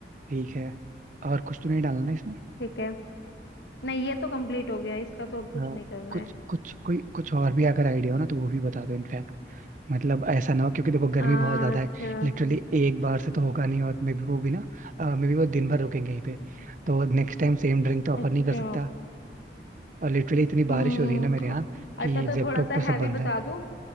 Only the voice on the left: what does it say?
ठीक है नहीं ये तो कंप्लीट हो गया इसका तो अब कुछ
नहीं करना
है
अच्छा
अच्छा
हम्म
अच्छा तो
थोड़ा सा
हैवी
बता
दूं